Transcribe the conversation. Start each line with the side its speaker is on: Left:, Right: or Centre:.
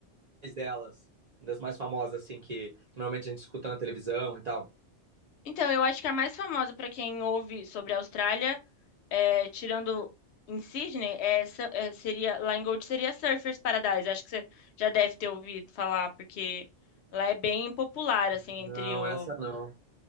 Right: delas, das mais famosas, assim, que, que normalmente a gente escuta na televisão e tal.
Left: Então, eu acho que a mais famosa para quem ouve sobre a Austrália, é, tirando em Sydney, é, essa- é, seria, lá em Gold seria Surfers Paradise. Acho que você já deve ter ouvido falar, porque lá é bem popular, assim,
Right: Não,
Left: entre o.
Right: essa não.